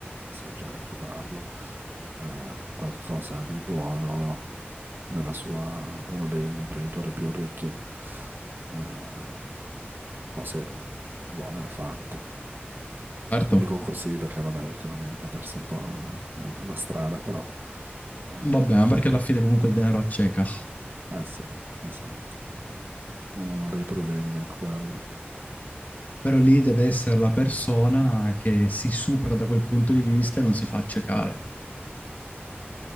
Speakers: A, on the right; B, on the left.
A: sai già di chi parlo, eh, qualcosa di buono nella sua, uno degli imprenditori più ricchi, eh, cose buone da fatte.
B: certo.
A: Dico così perché, vabbè, ultimamente ha perso un po' la, la strada, però... eh
B: Vabbè, ma perché alla fine comunque il denaro acceca.
A: eh sì, esatto. Uno dei problemi è quello.
B: Però lì deve essere la persona che si supera da quel punto di vista e non si fa accecare.